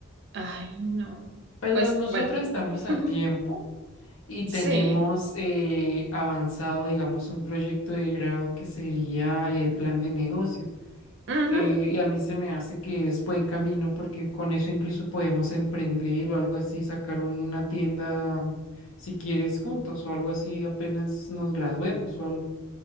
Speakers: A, on the right; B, on the left.
A: Ay, no.
B: Pero
A: Pues
B: nosotros
A: bueno,
B: estamos
A: <laughs>
B: a tiempo y
A: sí.
B: tenemos eh, avanzado, digamos, un proyecto de grado que sería el plan de negocio.
A: Ujú.
B: Eh, y a mí se me hace que es buen camino porque con eso incluso podemos emprender o algo así, sacar una tienda si quieres juntos o algo así apenas nos graduemos o algo.